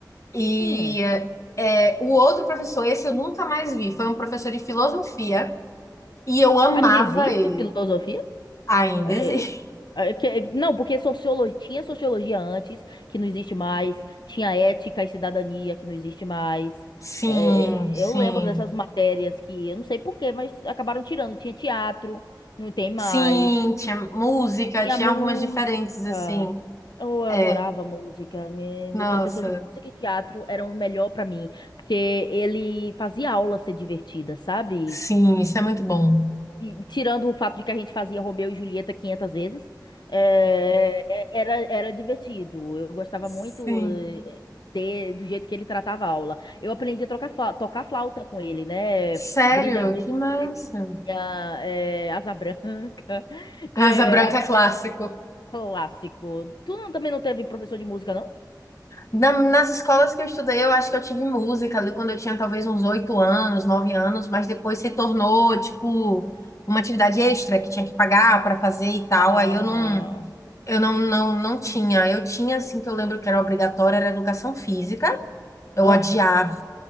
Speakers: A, on the left; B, on the left.
A: E
B: Hum,
A: é, o outro professor, esse eu nunca mais vi, foi um professor de filosofia e eu amava
B: ainda existe
A: ele.
B: filosofia?
A: Ainda
B: É,
A: existe.
B: é que- é, não, porque sociologia, tinha sociologia antes, que não existe mais, tinha ética e cidadania, que não existe mais.
A: <laughs>
B: É,
A: Sim, sim.
B: eu lembro dessas matérias que eu não sei por quê, mas acabaram tirando. Tinha teatro, não tem mais.
A: Sim, tinha música,
B: Tinha
A: tinha
B: música.
A: algumas diferentes, assim.
B: Eu adorava
A: É,
B: música. Me-
A: nossa,
B: Meu professor de música e teatro era o melhor pra mim, porque ele fazia a aula ser divertida, sabe?
A: sim, isso é muito bom.
B: E tirando o fato de que a gente fazia Romeu e Julieta 500 vezes, é, é- era, era divertido. Eu gostava
A: Sim.
B: muito eh, de- do jeito que ele tratava a aula. Eu aprendi a trocar fla- tocar flauta com ele, né?
A: Sério,
B: Brilha, brilha,
A: que massa.
B: estrelinha, eh, asa branca. <laughs>
A: Asa
B: É,
A: Branca
B: apre-
A: é clássico.
B: Clássico. Tu não- também não teve professor de música, não?
A: Na- nas escolas que eu estudei, eu acho que eu tive música ali quando eu tinha talvez uns oito anos, nove anos, mas depois se tornou, tipo, uma atividade extra que tinha que pagar para fazer e tal.
B: Ah,
A: Aí eu não, eu não, não, não tinha. Eu tinha, assim, que eu lembro que era obrigatória, era educação física. Eu
B: ah,
A: odiava